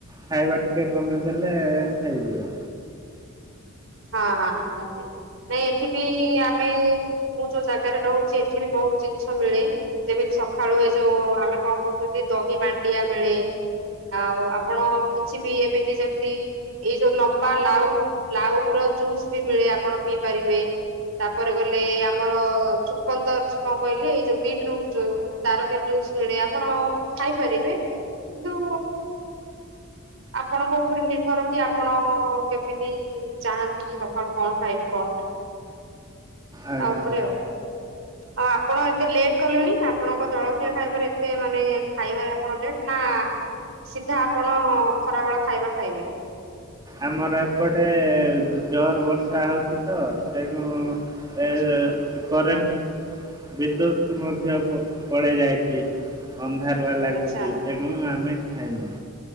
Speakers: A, on the right; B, on the right.
A: ଖାଇବା ଟିକିେ କମେଇ ଦେଲେ ହେଇଯିବ
B: ହଁ ହଁ ନିହାତି ନାଇଁ ଏଠି ବି ଆ ଆମେ ମୁଁ ଯୋଉ ଜାଗାରେ ରହୁଛି ଏଠି ବି ବହୁତ ଜିନିଷ ମିଳେ ଯେମିତି ସଖାଳୁ ଏ ଯୋଉ ଆମେ କଣ କହୁଛନ୍ତି ଦହି ମାଣ୍ଡିଆ ମିଳେ। ଆଉ ଆପଣ କିଛି ବି ଏମିତି ଯେମିତି ଏଇ ଯୋଉ ଲମ୍ବା ଲାଉ ଲାଉ। ଜୁସ୍ ବି ମିଳେ ଆପଣ ପିଇ ପାରିବେ। ତାପରେ ଗଲେ ଆମର ଚୁକନ୍ଦର କଣ କହିଲେ ଏଇ ଯୋଉ ବିଟ୍ ରୁଟ ଯୋଉ ତାର ବି ଜୁସ୍ ମିଳେ ଆପଣ ଖାଇପାରିବେ କିନ୍ତୁ ଆପଣଙ୍କ ଉପରେ ନିର୍ଭର କି ଆପଣ କେମିତି ଚାହାନ୍ତି କି ସଖାଳୁ କଣ ଖାଇବି କଣ ନାହିଁ?
A: ଆଜ୍ଞା।
B: ତା ଉପରେ ଆଉ। ଆଉ ଆପଣ ଏତେ ଲେଟ୍ କଲେଣି ଆପଣଙ୍କ ଜଳଖିଆ ଖାଇବାରେ ଏତେ ମାନେ ଖାଇବାରେ ଆପଣ ଲେଟ୍। ନା ସିଧା ଆପଣ ଖରାବେଳ ଖାଇବା ଖାଇବେ?
A: ଆମର ଏପଟେ ଜୋରେ ବର୍ଷା ହଉଚି ତ ତେଣୁ ଏ
B: ଆଚ୍ଛା।
A: କରେଣ୍ଟ ବିଦ୍ୟୁତ୍ ମଧ୍ୟ ପଳେଇ ଯାଇଚି। ଅନ୍ଧାରୁଆ ଲାଗୁଚି
B: ଆଚ୍ଛା।
A: ତେଣୁ ଆମେ ଖାଇନୁ।